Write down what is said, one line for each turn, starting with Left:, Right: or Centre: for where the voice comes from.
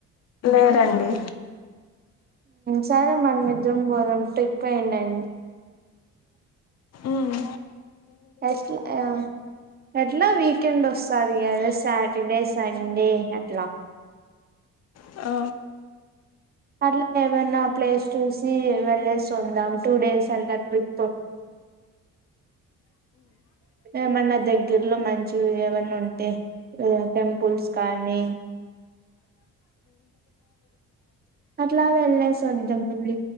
Left: రండి
Right: సరే మనం ఇద్రం బోదాం ట్రిప్ యెయిండండి అండి
Left: ఉమ్
Right: ఎట్లా ఎట్లా వీకెండ్ వస్తాది గదా సాటర్డే సండే అట్లా
Left: ఆ
Right: అట్లా ఏమన్నా ప్లేస్ చూసి వెళ్ళేసొద్దాం టూ డేస్ అలా ట్రిప్ ఏమన్నా దగ్గరలో మంచివి ఏమన్నా ఉంటే టెంపుల్స్ కానీ అట్లా వెళ్ళేసొద్దాం అండి